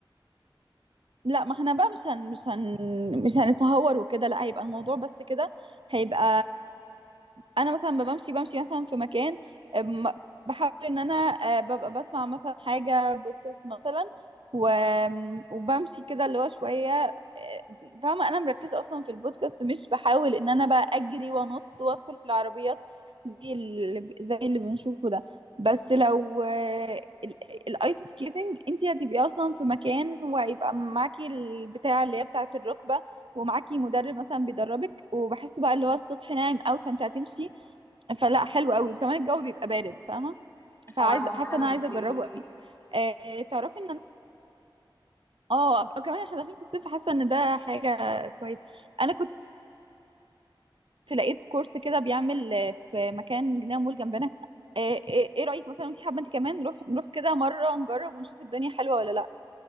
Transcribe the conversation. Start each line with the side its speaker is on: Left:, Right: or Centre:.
Right: لا ما احنا بقى مش هن مش هن مش هنتهور وكده لا هيبقى الموضوع بس كده هيبقى انا مثلا ما بمشي بمشي مثلا في مكان أم- بحاول ان انا أه، ببقى بسمع مثلا حاجة بودكاست مثلا و... وبمشي كده اللي هو شوية أه، فاهمة انا مركزة اصلا في البودكاست مش بحاول ان انا بقى اجري وانط وادخل في العربيات زي اللي زي اللي بنشوفه ده بس لو آه، ال- الايس سكيتنج انت هتبقي اصلا في مكان وهيبقى معاكي البتاع اللي هي بتاعه الركبه ومعاكي مدرب مثلا بيدربك وبحسه بقى اللي هو السطح ناعم قوي فانت هتمشي فلا حلو قوي وكمان الجو بيبقى بارد فاهمه فعايزه
Left: اه احنا فعلا
Right: حاسه ان انا
Left: في الصيف
Right: عايزه اجربه قوي آه تعرفي ان انا اه كمان احنا داخلين في الصيف حاسه ان ده حاجه كويسه انا كنت لقيت كورس كده بيعمل آه، في مكان جنينه مول جنبنا آه، آه، ايه رايك مثلا انت حابه انت كمان نروح نروح كده مره نجرب ونشوف الدنيا حلوه ولا لا